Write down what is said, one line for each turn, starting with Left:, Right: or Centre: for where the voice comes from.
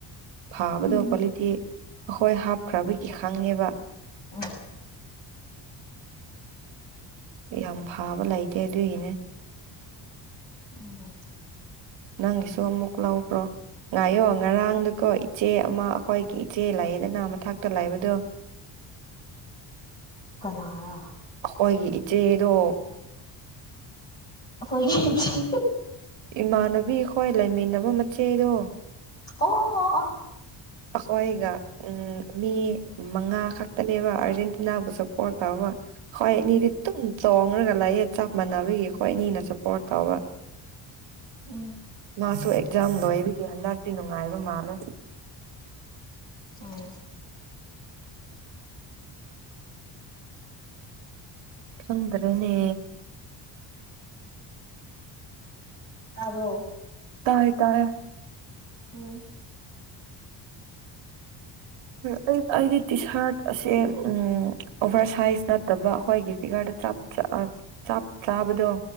Right: ꯐꯥꯕꯗꯣ
Left: ꯎꯝ
Right: ꯀ꯭ꯋꯥꯂꯤꯇꯤ ꯑꯩꯈꯣꯏ ꯍꯥꯞꯈ꯭ꯔꯕꯒꯤ ꯈꯪꯉꯦꯕ
Left: ꯋꯥ
Right: ꯌꯥꯝ ꯐꯥꯕ ꯂꯩꯇꯦ ꯑꯗꯨꯏꯒꯤꯅꯦ
Left: ꯎꯝ
Right: ꯅꯪꯒꯤꯁꯨ ꯑꯃꯨꯛ ꯂꯧꯕ꯭ꯔꯣ ꯉꯥꯏꯌꯣ ꯉꯔꯥꯡꯗꯨ ꯀꯣ ꯏꯆꯦ ꯑꯃ ꯑꯩꯈꯣꯏꯒꯤ ꯏꯆꯦ ꯂꯥꯏꯌꯦꯗꯅ ꯃꯊꯛ ꯛꯇꯂꯥꯏꯕꯗꯣ
Left: ꯀꯅꯥꯔꯥ
Right: ꯑꯩꯈꯣꯏꯒꯤ ꯏꯆꯦꯗꯣ
Left: ꯑꯩꯈꫭꯏꯒꯤ
Right: ꯏꯃꯥꯟꯅꯕꯤ ꯍꯣꯏ ꯂꯩꯃꯤꯟꯅꯕ ꯃꯆꯦꯗꯣ
Left: ꯑꯣ
Right: ꯑꯩꯈꯣꯏꯒ ꯎꯝ ꯃꯤ ꯃꯉꯥ ꯈꯛꯇꯅꯦꯕ ꯑꯥꯔꯖꯦꯟꯇꯤꯅꯥꯕꯨ ꯁꯄꯣꯔꯠ ꯇꯧꯕ ꯑꯩꯈꫭꯏ ꯑꯅꯤꯗꯤ ꯇꯨꯝ ꯆꯣꯡꯉꯔꯒ ꯂꯥꯏꯌꯦ ꯆꯞ ꯃꯥꯟꯅꯕꯤ ꯑꯩꯈꫭꯏ ꯑꯅꯤꯅ ꯁꯄꯣꯔꯠ ꯇꯧꯕ
Left: ꯎꯝ
Right: ꯃꯥꯁꯨ ꯑꯦꯛꯖꯥꯝ ꯂꯣꯏꯕꯒꯤ ꯍꯟꯗꯛꯇꯤ ꯅꯨꯡꯉꯥꯏꯕ ꯃꯥꯜꯂꯦ
Left: ꯎꯝ
Right: ꯈꯗ꯭ꯔꯦꯅꯦ
Left: ꯑꯕꯣ
Right: ꯇꯥꯏ ꯇꯥꯏꯌꯦ
Left: ꯎꯝ
Right: ꯑꯩ ꯑꯩꯒꯤ ꯇꯤ ꯁꯥꯔꯠ ꯑꯁꯦ ꯎꯝ ꯑꯣꯚꯔ ꯁꯥꯏꯖ ꯅꯠꯇꯕ ꯑꯩꯈꯣꯏꯒꯤ ꯐꯤꯒꯔꯗ ꯆꯞ ꯆꯥꯕꯗꯣ